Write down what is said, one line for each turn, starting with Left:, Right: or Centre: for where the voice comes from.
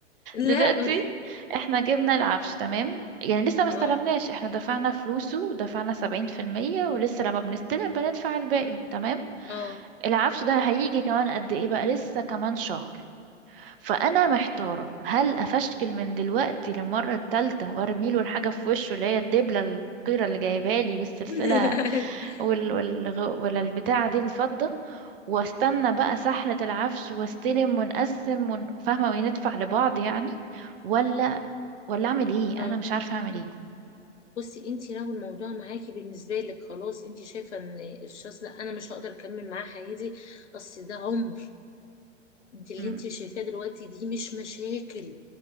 Left: لا
Right: دلوقتي
Left: قولي
Right: احنا جبنا العفش تمام يعني لسه ما استلمناش
Left: اه
Right: احنا دفعنا فلوسه دفعنا سبعين في المية ولسه لما بنستلم بندفع الباقي تمام
Left: اه
Right: العفش ده هيجي كمان قد ايه بقى لسه كمان شهر فأنا محتارة هل أفشكل من دلوقتي للمرة التالتة وارميله الحاجة في وشه اللي هي الدبلة القيرة اللي جايبالي والسلسلة
Left: <laughs>
Right: وال... وال... ولا البتاعة دي الفضة واستنى بقى سحلة العفش واستلم ونقسم ون... فاهمة وندفع لبعض يعني ولا ولا اعمل ايه
Left: اه
Right: انا مش عارفة اعمل ايه
Left: بصي انت لو الموضوع معاكي بالنسبه لك خلاص انت شايفه ان الشخص ده انا مش هقدر اكمل معاه حياتي اصل ده عمر انت اللي
Right: امم
Left: انت شايفاه دلوقتي دي مش مشاكل